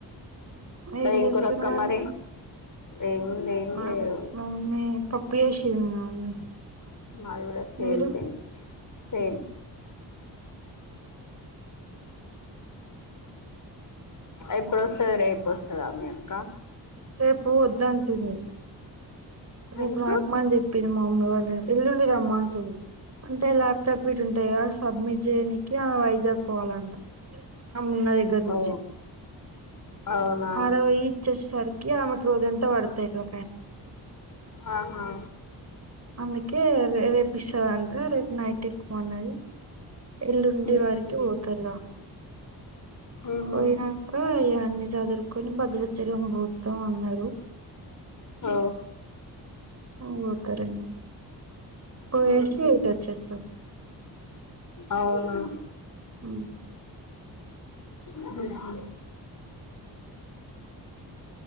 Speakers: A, on the right (about 40°); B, on the left (about 50°).
A: ఏం
B: ఎం
A: చేస్తుర్రు
B: కూరక్క మరి ఏముంది ఏం
A: మా
B: లేదు
A: మమ్మీ పప్పు చేసింది మా మమ్మీ
B: మాది కూడా సేమ్
A: మీరు
B: పించ్ సేమ్ ఎప్పుడు వస్తది రేప్పు వస్తదా మీ అక్క
A: రేపు వద్దంటింది రేపు
B: ఎందుకు
A: రాకు మని చెప్పింది మా మమ్మీ వాళ్ళ ఎల్లుండి రమ్మంటుంది అంటే ల్యాప్టాప్ ఇటు ఉంటాయి సబ్మిట్ చేయనికి ఆమె వైజాగ్కోవాలంట అమీ ఉన్న దగ్గర నుంచి
B: ఓ అవునా
A: ఆడ పోయి ఇచ్చచ్చ సరికి ఆమెకు రోజంత వాడతాయిట్లా
B: ఆహా
A: అందుకే రేరేప్ ఇస్తదంట రేప్ నైట్ ఎక్కుమన్నది ఎల్లుండివారకి
B: ఉహు
A: వోతారుగా
B: ఉహు
A: పోయినంక ఇయన్నీ చదురుకొని భద్రాచలం పోతం అన్నరు
B: ఓ
A: పోతరేమో పోయేసి
B: ఉహు
A: ఇటచ్చేస్తార్
B: అవునా
A: ఉ
B: ఉహు